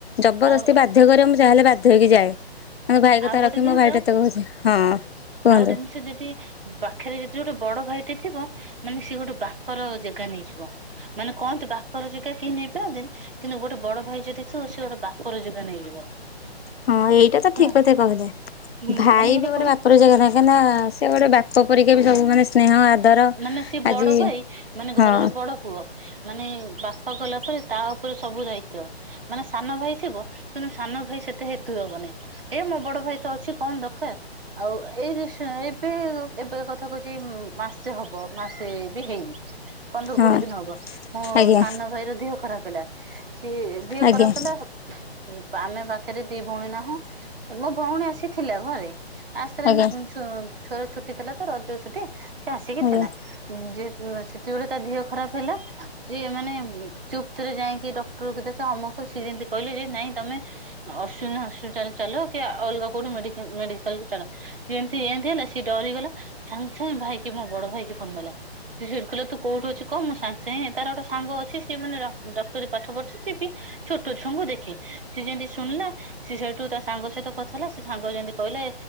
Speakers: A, on the left; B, on the right.
A: ଜବରଦସ୍ତି
B: ଆଉ
A: ବାଧ୍ୟ୍ୟକରେ ମୁଁ ଜାହାହେଲେ ବାଧ୍ୟ ହୋଇକି ଯାଏ। ମୋ ଭାଇ
B: ଆଉ
A: କଥା
B: ଗୋଟେ
A: ରଖିବି
B: ଜିନିଷ
A: ମୋ ଭାଇ ଟତେ କହୁଛି ହଁ କୁହନ୍ତୁ।
B: ଆଉ ଗୋଟେ ଜିନିଷ ଯଦି ପାଖରେ ଯଦି ଗୋଟେ ବଡ ଭାଇଟେ ଥିବ ମାନେ ସିଏ ଗୋଟେ ବାପ ର ଜେଗା ନେଇଯିବ। ମାନେ କହନ୍ତି ବାପର ଯାଗା କେହି ନେଇପାରନ୍ତିନି କିନ୍ତୁ ଗୋଟେ ବଡ ଭାଇ ଯଦି ସିବୁ ସିଏ ଗୋଟେ ବା ପର ଯେଗ ନେଇଯିବ।
A: ହଁ ଏଇଟା ତ
B: ହେଲା
A: ଠିକ କଥା କହିଲ
B: ହୁଁ
A: ଭାଇ
B: ମାନେ
A: ବି ଗୋଟେ
B: କଣ
A: ବାପ ର ଜାଗା କାଁଇଁ ନା ସେ ଗୋଟେ ବାପ ପରିକା ବି ସବୁ ମାନେ ସ୍ନେହ ଆଦର
B: ମାନେ ସିଏ ବଡ
A: ଆଜି
B: ଭାଇ ମାନେ ଘରର
A: ହଁ
B: ବଡ ପୁଅ। ମାନେ ବାପା ଗଲା ପରେ ତା ଉପରେ ସବୁ ଦାୟିତ୍ଵ। ମାନେ ସାନ ଭାଇ ଥିବ କିନ୍ତୁ ସାନ ଭାଇ ସେତେ ହେତୁ ଦବନାଇଁ। ଏ ମୋ ବଡ ଭାଇ ତ ଅଛି କଣ ଦରକାର। ଆଉ ଏଇ ଏବେ ଏବେ କଥା କହୁଛି ଏଇ ମା ସେ ହବ ମାସେ ବି ହେଇନି। ପନ୍ଦର
A: ହଁ
B: କୋଡିଏ ଦିନ ହବ ମୋ
A: ଆଜ୍ଞା
B: ସାନ ଭାଇର ଦିହ ଖରାପ ହେଲା। ସିଏ ଦିହ
A: ଆଜ୍ଞା
B: ଖରାପ ପ <unintelligible> ଆମେ ବା ପାରେ ଦି ଭଉଣୀ ନାହୁଁ ମୋ ଭଉଣୀ ଆସିଥିଲା ଘରେ ଆସାର
A: ଆଜ୍ଞା
B: ଏମତି ଛୁଆର ଛୁଟି ଥିଲା ତ ରଜ ଛୁଟି ସେ ଆସିକି
A: ଆଜ୍ଞା
B: ଥିଲା। ଯେ ସେତବେଳେ ତା ଦେହ ଖରାପ ହେଲା ସିଏ ମାନେ ଚୁପ୍ତରେ ଯାଇକି ଡକ୍ଟର କ ଦେଖ ଅମକ ସିଏ ଯେମିତି କହିଲେ ଯେ ନାଇଁ ତମେ ଅଶ୍ୱିନୀ ହସ୍ପିଟାଲ ଚାଲ କି ଅଲଗା କୋଉଠି ମେଡିକାଲ କୁ ଚାଲ। ଯେମିତି ଏମିତି ହେଲା ସିଏ ଡରିଗଲା ସାଙ୍ଗେ ସାଙ୍ଗେ ଭାଇକି ମୋ ବଡ ଭାଇକି ଫୋନ କଲା। ସେ ଶ କ ତୁ କୋଉଠି ଅଛି କଣ ମୁଁ ସାଙ୍ଗେ ସାଙ୍ଗ ତାର ଗୋଟେ ସାଙ୍ଗ ଅଛି ସିଏ ମାନେ ଡକ୍ଟରୀ ପାଠ ପଢୁଛି ସିଏ ବି ଛୋଟ ଛୁଙ୍କୁ ଦେଖେ ସେ ଯେମତି ଶୁଣିଲା ସେ ସେଇଠୁ ତା ସାଙ୍ଗ ସହିତ କଥା ହେଲା ସେ ସାଙ୍ଗ ଯେମିତି କହିଲେ